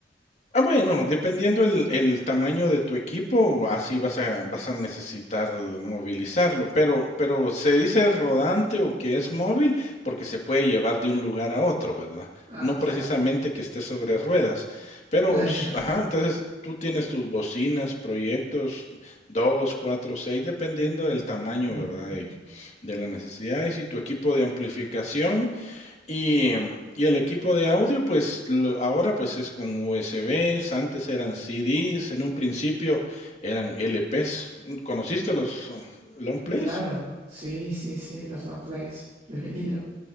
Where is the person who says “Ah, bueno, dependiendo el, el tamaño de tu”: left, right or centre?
Left